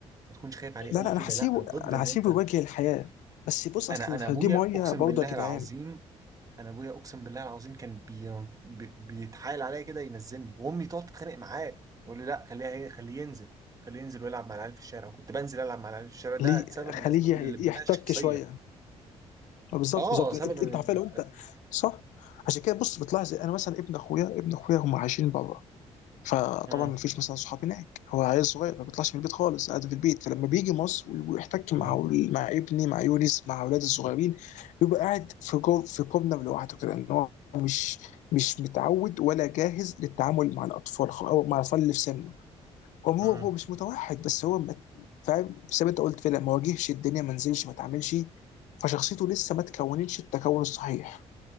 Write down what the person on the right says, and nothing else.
ما تكونش خايف عليه
قوي
كده
لا انا ضد
ان
انت
انا انا ابويا
اقسم
بالله
العظيم انا ابويا اقسم بالله العظيم كان بي... بي... بيتحايل عليا كده ينزلني وامي تقعد تتخانق معاه يقول لي لا خليها هي خليه ينزل خليه ينزل ويلعب مع العيال في الشارع كنت بنزل العب مع العيال في الشارع ده
سبب
من اسباب البناء
الشخصيه
اه
سبب
من
مم.
مم.
مم.